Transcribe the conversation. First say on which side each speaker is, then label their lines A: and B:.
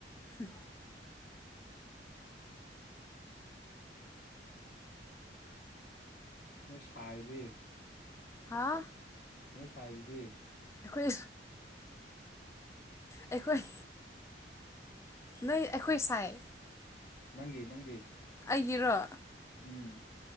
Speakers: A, on the left; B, on the left.
A: ꯎꯝ
B: ꯅꯣꯏ ꯁꯥꯏꯗꯤ
A: ꯍꯥꯥ
B: ꯅ ꯁꯥꯏꯗꯤ
A: ꯑꯩꯈꯣꯏ ꯑꯩꯈꯣꯏ ꯅꯣꯏ ꯑꯩꯈꯣꯏ ꯁꯥꯏ
B: ꯅꯪꯒꯤ ꯅꯪ
A: ꯌꯦꯔꯣ
B: ꯎꯝ